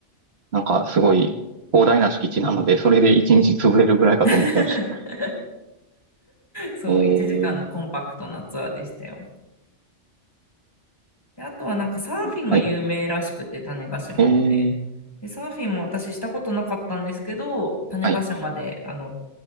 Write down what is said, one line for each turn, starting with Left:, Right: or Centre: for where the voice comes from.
Right: なんか、すごい広大な敷地なので、それで一日潰れるぐらいかと思ってました。
Left: <laughs> そう、
Right: ええ、
Left: 1時間のコンパクトなツアーでしたよ。で、あとはなんかサーフィンが有名らしくて、
Right: はい。
Left: 種子島って。
Right: ええ
Left: で、サーフィンも私したことなかったんですけど、種子島で、
Right: はい。
Left: あの、